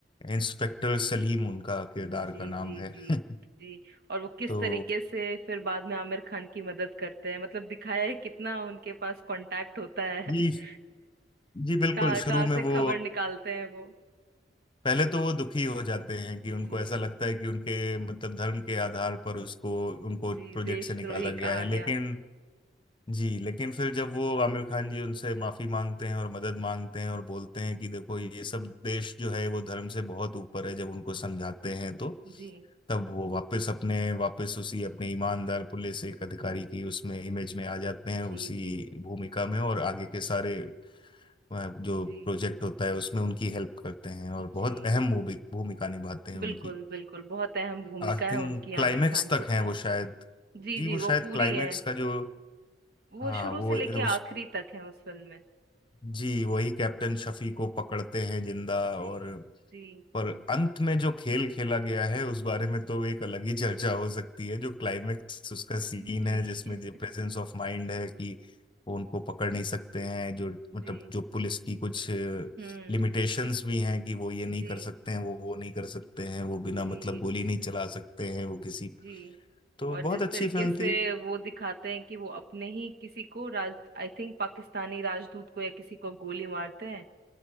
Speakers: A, on the left; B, on the right.
A: इंस्पेक्टर सलीम उनका किरदार
B: जी
A: का नाम
B: जी
A: है
B: जी
A: <laughs>
B: जी और वो किस
A: तो
B: तरीके से फिर बाद में आमिर खान की मदद करते हैं मतलब दिखाया है कितना उनके पास कांटेक्ट होता है
A: जी
B: <laughs>
A: जी बिल्कुल
B: कहाँ कहाँ
A: शुरू में
B: से खबर
A: वो
B: निकालते हैं वो
A: पहले तो वो दुखी हो जाते हैं कि उनको
B: जी
A: ऐसा लगता है कि उनके मतलब धर्म के आधार पर उसको उनको
B: जी
A: प्रोजेक्ट
B: देशद्रोही
A: से निकाला गया
B: कहा
A: है लेकिन
B: गया
A: जी लेकिन फिर जब वो आमिर खान जी उनसे माफी मांगते हैं और मदद मांगते हैं और बोलते हैं कि देखो ये सब देश जो है वो धर्म से बहुत ऊपर है जब उनको समझाते हैं तो
B: जी
A: तब वो वापस अपने वापस उसी अपने ईमानदार पुलिस एक अधिकारी की उसमें इमेज में आ जाते
B: जी
A: हैं उसी
B: जी
A: भूमिका में और आगे के सारे वह जो
B: जी
A: प्रोजेक्ट होता है उसमें उनकी हेल्प करते हैं और बहुत
B: जी
A: अहम भूमि- भूमिका निभाते हैं
B: बिल्कुल
A: उनकी
B: बिल्कुल बहुत अहम भूमिका
A: आई
B: है
A: थिंक
B: उनकी
A: क्लाइमेक्स
B: आमिर खान
A: तक
B: के साथ
A: हैं वो शायद
B: जी
A: जी
B: जी
A: वो
B: वो
A: शायद
B: पूरी
A: क्लाइमेक्स
B: है
A: का जो
B: वो
A: हाँ
B: शुरू
A: वो
B: से लेके
A: उस
B: आखिरी तक है उस फिल्म में
A: जी वही कैप्टन शफी को पकड़ते हैं जिंदा
B: जी
A: और
B: जी
A: पर अंत में जो खेल खेला गया है उस बारे में तो एक अलग ही चर्चा हो सकती है जो क्लाइमेक्स उसका सीन
B: जी
A: है जिसमें
B: <laughs>
A: जो प्रेजेंस ऑफ माइंड है कि वो उनको पकड़ नहीं सकते हैं जो
B: जी
A: मतलब जो पुलिस की कुछ
B: हम्म
A: लिमिटेशंस
B: क्यों-
A: भी हैं कि वो ये
B: जी
A: नहीं कर सकते हैं वो वो नहीं कर सकते हैं वो बिना
B: जी
A: मतलब गोली नहीं चला सकते हैं वो किसी
B: जी
A: तो
B: और
A: बहुत
B: जिस
A: अच्छी
B: तरीके
A: फिल्म
B: से
A: थी
B: वो दिखाते हैं कि वो अपने ही किसी को राज आई थिंक पाकिस्तानी राजदूत को या किसी को गोली मारते हैं